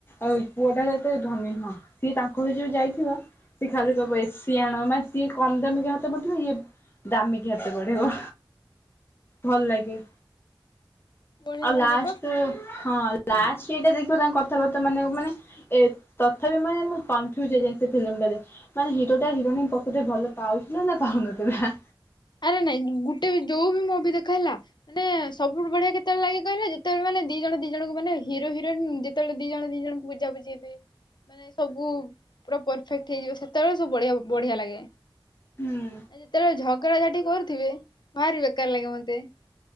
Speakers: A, on the left; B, on the left.
A: ଆ ପୁଅଟା ଏତେ ଧନୀ ନୁହଁ ସିଏ ତାଙ୍କ ଘରୁକୁ ଯୋଉ ଯାଇଥିବ ସିଏ ଖାଲି କହିବ
B: ହୁଁ
A: ଏସି ଆଣ ମନେ ସିଏ କମଦାମିକିଆ ହାତ ପଠେଇବ ଇଏ ଦାମୀକିଆ ହାତ ବଢେଇବ ଭଲ ଲାଗେ।
B: ବଢିଆ
A: ଆଉ
B: ଲାଗେ
A: ଲାଷ୍ଟ
B: ପା।
A: ହଁ ଲାଷ୍ଟଇଟା ଦେଖିବା ତାଙ୍କ କଥାବାର୍ତ୍ତା ମାନେ ମାନେ ଏ ତଥାପି ମାନେ ମୁଁ କନଫ୍ୟୁଜ ହେଇଯାଏ ସେ ଫିଲ୍ମ ଟାରେ ମାନେ ହିରୋଟା ହିରୋଇନ କୁ ପ କୁତରେ ଭଲ ପାଉଥିଲ ନା ପାଉନଥିଲା।
B: ଆରେ ନାଇଁ ଗୋଟେ ବି ଯୋଉ ବି ମୁଭି ଦେଖ ହେଲା ମାନେ ସବୁଠୁ ବଢିଆ କେତବେଳେ ଲାଗେ କହିଲେ ଯେତେବେଳେ ମାନେ ଦି ଜଣ ଦି ଜଣଙ୍କୁ ମାନେ ହିର ହରୋଇନ୍ ଯେ ତବେଳେ ଦି ଜଣ ଦି ଜଣଙ୍କୁ ବୁଝା ବୁଝି ହେଇଥିବେ। ମାନେ ସବୁ ପୁରା ପରଫେକ୍ଟ ହେଇଯିବ ସେତେବେଳେ ସବୁ ବଢ଼ି ବଢିଆ ଲାଗେ।
A: ହୁଁ।
B: ଆ ଯେତବେଳେ ଝଗଡ଼ାଝାଟି କରୁଥିବେ ଭାରି ବେକାର ଲାଗେ ମତେ।